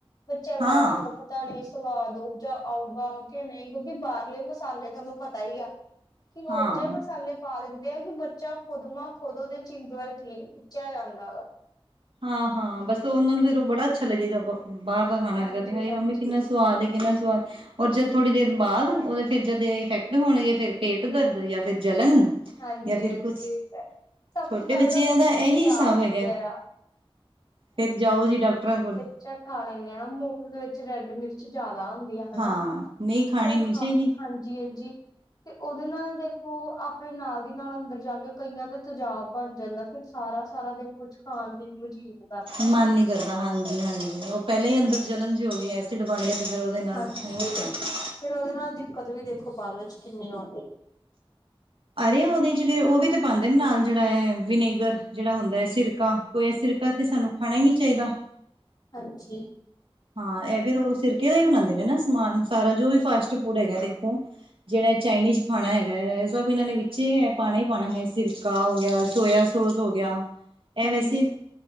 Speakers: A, on the left (about 45°); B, on the right (about 65°).
A: ਬੱਚਿਆਂ ਨੂੰ
B: ਹਾਂ
A: ਐਵੇ ਦਾ ਪਤਾ ਨਈ ਸਵਾਦ ਊ ਜਾ ਆਊਗਾ ਕੇ ਨਈ, ਕਿਉਂਕਿ ਬਾਹਰਲੇ ਮਸਾਲੇ ਤੁਆਨੂੰ ਪਤਾ ਈ ਆ। ਕੀ ਹੋਰ
B: ਹਾਂ
A: ਜੇ ਮਸਾਲੇ ਪਾ ਦਿੰਦੇ। ਕਿ ਬੱਚਾ ਖੁਦਮਾ- ਖੁਦ ਓਦੇ ਚਿੰਦਾਰਖੇ ਖਿੱਚਿਆ ਜਾਂਦਾ ਵਾ।
B: ਹਾਂ- ਹਾਂ ਬਸ ਓਨਾਂ ਨੂੰ ਫੇਰ ਓ ਬੜਾ ਅੱਛਾ ਲੱਗੇਗਾ ਬ ਬਾਰ ਦਾ ਖਾਣਾ
A: ਹਾਂਜੀ,
B: ਹੈਗਾ ਕੇ ਹਾਏ
A: ਹਾਂਜੀ,
B: ਮੰਮੀ ਕਿੰਨਾ- ਸਵਾਦ ਕਿੰਨਾ ਸਵਾਦ ਔਰ ਜਦ
A: ਹਾਂਜੀ।
B: ਥੋੜੀ ਦੇਰ ਬਾਅਦ ਓਦੇ ਫਿਰ ਜਦ ਏ ਇਫੈਕਟ ਹੋਣਗੇ, ਫੇਰ ਪੇਟ ਦਰਦ ਜਾ ਫਿਰ ਜਲਨ
A: ਹਾਂਜੀ,
B: ਜਾ ਫਿਰ
A: ਹਾਂਜੀ
B: ਕੁਛ।
A: ਇਹ ਤਾਂ ਹੈ। ਸਭ
B: ਛੋਟੇ
A: ਤੋਂ ਪਹਿਲਾਂ
B: ਬੱਚੇਆਂ
A: ਤਾਂ ਦੇਖੋ
B: ਦਾ ਏਹੀ
A: ਤੇਜ਼ਾਬ
B: ਹਿਸਾਬ ਹੈਗਾ,
A: ਵਗੈਰਾ
B: ਫਿਰ ਜਾਓ ਜੀ ਡਾਕਟਰਾਂ ਕੋਲ।
A: ਚਲ ਖਾ ਲੈਂਦੇ ਹਨਾ, ਮੋਮਜ਼ ਵਿੱਚ ਰੈਡ ਮਿਰਚ ਜਾਦਾ ਹੁੰਦੀ ਐ ਤੇ ਹਨਾ,
B: ਹਾਂ ਨਹੀਂ ਖਾਣੀ
A: ਉਹ
B: ਨੀ
A: ਖਾ
B: ਚਾਹੀਦੀ
A: ਹਾਂਜੀ- ਹਾਂਜੀ। ਉਦੇ ਨਾਲ ਦੇਖੋ ਆਪਣੇ ਨਾਲ ਦੀ ਨਾਲ ਅੰਦਰ ਜਾ ਕੇ ਕਈਆਂ ਦੇ ਤਜਾਬ ਬਣ ਜਾਂਦਾ। ਫੇਰ ਸਾਰਾ- ਸਾਰਾ ਦਿਨ ਕੁਛ ਖਾਣ-ਪੀਣ ਨੂੰ ਅਜੀਬ।
B: ਮਨ ਨੀ ਕਰਦਾ ਹਾਂਜੀ- ਹਾਂਜੀ, ਉਹ ਪੇਲਾਂ ਈ ਅੰਦਰ ਜਲਣ ਜਿ ਹੋ ਗਈ ਐਸਿਡ ਬਣ ਗਿਆ ਤੇ ਫੇਰ ਓਦੇ ਨਾਲ
A: ਹਾਂਜੀ
B: ਔਰ ਕਿਆ।
A: ਫੇਰ ਓਦੇ ਨਾਲ ਦਿੱਕਤ ਵੀ ਦੇਖੋ ਬਾਅਦ ਵਿੱਚ ਕਿੰਨੀਆ
B: ਅਰੇ ਉਦੇ ਚ ਫਿਰ ਉਹ ਵੀ ਤੇ ਪਾਂਦੇ ਨੇ ਨਾਲ ਜੇੜਾ ਐ ਵਿਨੇਗਰ ਜੇੜਾ ਹੁੰਦਾ ਐ ਸਿਰਕਾ। ਕੋਈ ਐ ਸਿਰਕਾ ਤੇ ਸਾਨੂੰ ਖਾਣਾ ਈ ਨੀ ਚਾਈਦਾ।
A: ਹਾਂਜੀ।
B: ਹਾਂ, ਏ ਫਿਰ ਓ ਸਿਰਕੇ ਦਾ ਈ ਬਣਾਂਦੇ ਨੇ ਨਾ ਸਮਾਨ ਸਾਰਾ ਜੋ ਵੀ ਫਾਸਟ ਫੂਡ ਹੈਗਾ ਦੇਖੋ। ਜਿਵੇ ਚਾਈਨੀਜ਼ ਖਾਣਾ ਹੈਗਾ ਐ ਏ ਸਭ ਏਨਾਂ ਨੇ ਵਿੱਚ ਏ -ਈ ਪਾਣਾ ਈ ਪਾਣਾ ਹੈ ਸਿਰ ਕਾ ਹੋ ਗੇਆ, ਸੋਇਯਾ ਸੋਸ ਹੋ ਗੇਆ, ਏ
A: ਹਾਂਜੀ
B: ਵੈਸੇ